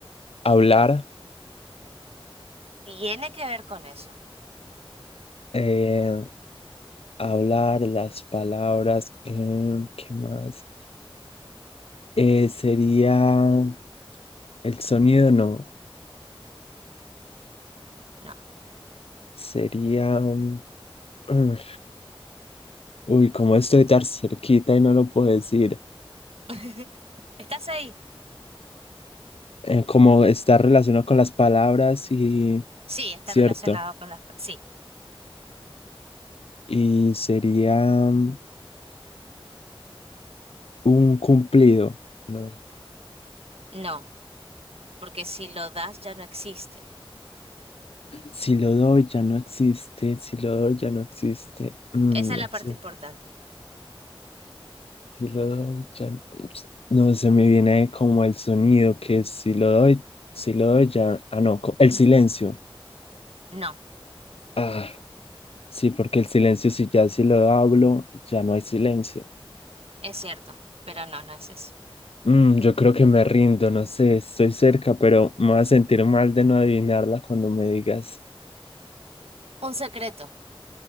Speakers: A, on the left (about 80°); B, on the right (about 85°).
A: hablar,
B: Tiene que ver con eso.
A: eh, hablar las palabras. em, ¿qué más? Eh, sería el sonido, no.
B: No.
A: Sería. mm, <sniffs> mm, Uy, como estoy tan cerquita y no lo puedo decir.
B: <laughs> ¿Estás ahí?
A: Eh, como está relacionado con las palabras y
B: Sí, está
A: cierto.
B: relacionado con las... per- Sí,
A: y sería mm, un cumplido, ¿no?
B: no, porque si lo das, ya no existe.
A: Si lo doy, ya no existe, si lo doy, ya no existe, mm,
B: Esa es
A: no
B: la parte
A: sé,
B: importante.
A: si lo doy, ya no, no se me viene como el sonido que es si lo doy, si lo doy, ya, ah, no, co- el
B: Mm.
A: silencio.
B: No,
A: Ah, sí, porque el silencio, si ya si lo hablo, ya no hay silencio.
B: es cierto, pero no, no es eso.
A: Mm, yo creo que me rindo, no sé, estoy cerca, pero me voy a sentir mal de no adivinarla cuando me digas.
B: Un secreto.